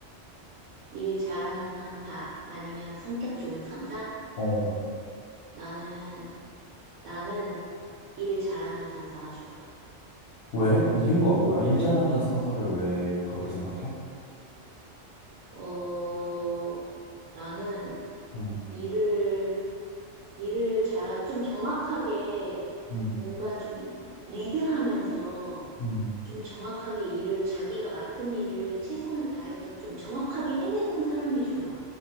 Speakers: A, on the right; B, on the left.
A: 일 잘하는 상사 아니면 성격 좋은 상사?
B: 어,
A: 나는, 나는 일 잘하는 상사가 좋아.
B: 왜? 이유가 뭐야? 일 잘하는 상사를 왜 그렇게 생각해?
A: 어, 나는
B: 음,
A: 일을, 일을 잘하, 좀 정확하게
B: 음,
A: 뭔가 좀 리드하면서
B: 음,
A: 좀 정확하게 일을 자기가 맡은 일을 최선을 다해서 좀 정확하게 해내는 사람이 좋아.